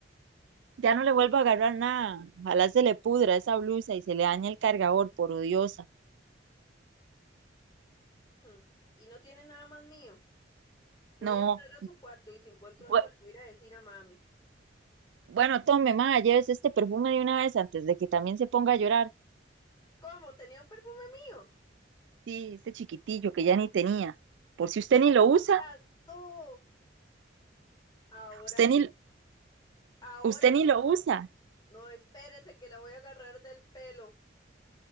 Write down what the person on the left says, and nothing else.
Mm, Y no tiene nada más mío. Voy
a entrar a su cuarto y si encuentro
algo le voy a ir a decir a mami.
¿Cómo? ¿Tenía un perfume mío?
No ¡Me
lo
gastó! Ahora,
ahora,
no, espérese que la voy a agarrar del pelo.